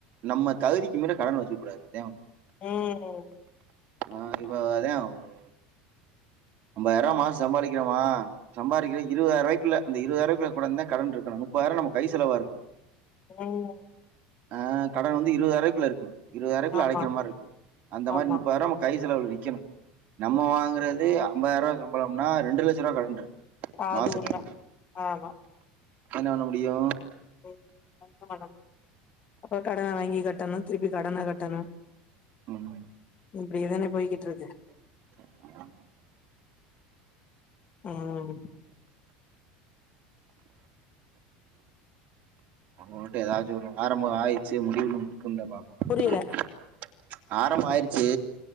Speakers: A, on the right (about 40°); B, on the left (about 30°).
A: நம்ம தகுதிக்கு மீற கடன் வச்சுக்க கூடாது அதே உண்
B: உம்
A: ஆஹ் இப்ப அதா ஒரு அம்பதாயிரோ மாசோ சம்பாரிக்கிறமா சம்பாதிக்கிற இருவதாயிருவா இல்லே அந்த இருவதாயிருவாகுலடந்தா கடன் இருக்கணு முப்பதாயிரம் நம்ம கை செலவா இருக்கணு
B: ம்
A: ஆ கடன் வந்து இருவதாயிரம்ரூபாக்குள்ள இருக்கணு இருவதாயிருபாக்குள்ள
B: ஆமா
A: அடைக்கிற மாரி இருக்கனு அந்த மாரி
B: ஆமா
A: முப்பதாயிரூவா நம்ம கை செலவுல நிக்கணு நம்ம
B: ம்
A: வாங்குறது அம்பதாயிருவா சம்பளம்னா ரெண்டு லட்ச ரூவா கடன் இருக்கு
B: அது
A: மாசத்துக்கு
B: உண்மை ஆமா
A: என்ன பண்ண முடியு
B: ஓ அன் <unintelligible> <unintelligible> அப்ப கடன வாங்கி கட்டணும் திருப்பி கடன கட்டணும்
A: ம்
B: இப்படியே தானே போய்கிட்டு இருக்கு
A: ஆ <inaudible>
B: ம்
A: அவங்க கிட்ட ஏதாச்சு ஒன்னு ஆரம்போ ஆய்ச்சு முடிவுனு ஒண்ணு உண்ட பாப்போ <unintelligible>
B: புரியல
A: ஆரம்பாயிருச்சு